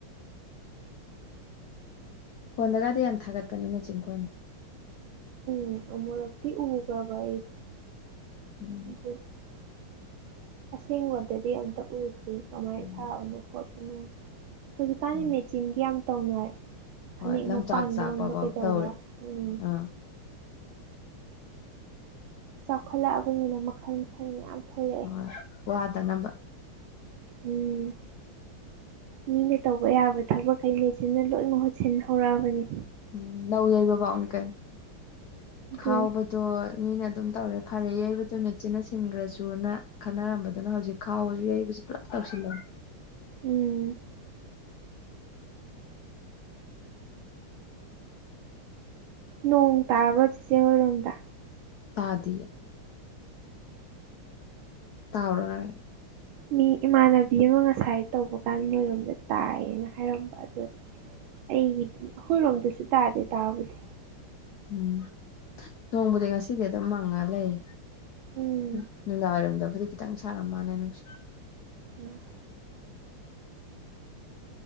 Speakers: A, on the left; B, on the right.
A: ꯐꯣꯟꯗꯒꯗꯤ ꯌꯥꯝ ꯊꯥꯒꯠꯄꯅꯦ ꯃꯦꯆꯤꯟ ꯀꯣꯟꯗꯣ꯫
B: ꯎꯝ ꯑꯃꯨꯔꯛꯇꯤ ꯎꯒ꯭ꯔꯕ ꯑꯩꯗꯣ
A: ꯎꯝ
B: <unintelligible> ꯑꯁꯦꯡꯕꯗꯗꯤ ꯑꯝꯇ ꯎꯗ꯭ꯔꯤ ꯀꯃꯥꯏꯅ
A: ꯎꯝ
B: ꯁꯥꯕꯅꯣ ꯈꯣꯠꯄꯅꯣ꯫ ꯍꯧꯖꯤꯛꯀꯥꯟꯗꯤ
A: ꯎꯝ
B: ꯃꯦꯆꯤꯟꯒꯤ ꯌꯥꯝ ꯇꯧꯅꯔꯦ꯫ ꯐꯅꯦꯛ
A: ꯍꯣꯏ ꯂꯪꯆꯥꯛ
B: ꯃꯄꯥꯟ
A: ꯆꯥꯛꯄꯐꯥꯎ
B: ꯂꯣꯟꯕ ꯀꯩꯗꯧꯕ
A: ꯇꯧꯔꯤ
B: ꯎꯝ꯫
A: ꯑꯥ
B: ꯆꯥꯎꯈꯠꯂꯛꯑꯕꯅꯤꯅ ꯃꯈꯜ ꯃꯈꯜ ꯃꯌꯥꯝ ꯊꯣꯛꯂꯛꯑꯦ
A: ꯍꯣꯏ ꯋꯥꯗꯅꯕ꯫
B: ꯎꯝ꯫ ꯃꯤꯅ ꯇꯧꯕ ꯌꯥꯕ ꯊꯕꯛꯈꯩ ꯃꯦꯆꯤꯟꯅ ꯂꯣꯏ ꯃꯍꯨꯠ ꯁꯤꯟ ꯍꯧꯔꯛꯑꯕꯅꯤ꯫
A: ꯎꯝ ꯂꯧ ꯌꯩꯕꯕꯥꯎꯅꯤ ꯀꯩꯅꯣ
B: ꯑꯗꯨꯅꯤ
A: ꯈꯥꯎꯕ ꯗꯣ ꯃꯤꯅ ꯑꯗꯨꯝ ꯇꯧꯔꯦ ꯐꯔꯦ ꯌꯩꯕꯗꯨ ꯃꯦꯠꯆꯤꯟꯅ ꯁꯤꯟꯒ꯭ꯔꯁꯨꯅ ꯈꯟꯅꯔꯝꯕꯗꯨꯅ ꯍꯧꯖꯤꯛ ꯈꯥꯎꯕꯁꯨ ꯌꯩꯕꯁꯨ ꯄꯨꯂꯞ ꯇꯧꯁꯤꯜꯂꯦ꯫
B: ꯎꯝ꯫ ꯅꯣꯡ ꯇꯥꯕ꯭ꯔꯣ ꯆꯦꯆꯦ ꯍꯣꯏꯔꯣꯝꯗ꯫
A: ꯇꯥꯗꯤꯌꯦ꯫ ꯇꯥꯕ꯭ꯔꯣ ꯅꯣꯏ꯫
B: ꯃꯤ ꯏꯃꯥꯟꯅꯕꯤ ꯑꯃ ꯉꯁꯥꯏ ꯇꯧꯕ ꯀꯥꯟ ꯃꯣꯏꯔꯣꯝꯗ ꯇꯥꯏꯌꯦꯅ ꯍꯥꯏꯔꯝꯕ ꯑꯗꯨ ꯑꯩꯒꯤꯗꯤ ꯑꯩꯈꯣꯏꯔꯣꯝꯗꯁꯨ ꯇꯥꯗꯦ ꯇꯥꯕꯨꯗꯤ꯫
A: ꯎꯝ ꯅꯣꯡꯕꯨꯗꯤ ꯉꯁꯤꯗꯤ ꯑꯗꯨꯝ ꯃꯪꯉ ꯂꯩꯌꯦ꯫
B: ꯎꯝ
A: ꯎ ꯅꯨꯡꯗꯥꯡ ꯋꯥꯏꯔꯝꯗꯕꯨꯗꯤ ꯈꯤꯇꯪ ꯁꯥꯔꯝ ꯃꯥꯟꯅꯦ ꯅꯨꯡꯁ
B: ꯎꯝ꯫